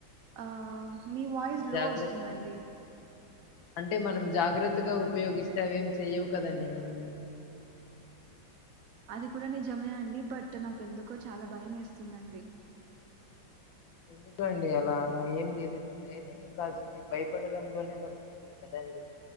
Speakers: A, on the right; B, on the left.
A: ఆ మీ వాయిస్ లో
B: జాగ్రత్త
A: వస్తుందండి
B: అంటే మనం జాగ్రత్తగా ఉపయోగిస్తే అవేం చెయవు కదండి మనల్ని
A: అది కూడా నిజమే అండి బట్ నాకు ఎందుకో చాలా భయం వేస్తుందండి
B: ఎందుకండి అలా అలా ఏం లేదండి ధైర్యంగా కాల్చండి భయపడటంలోనే పడటం ఉంది కదండి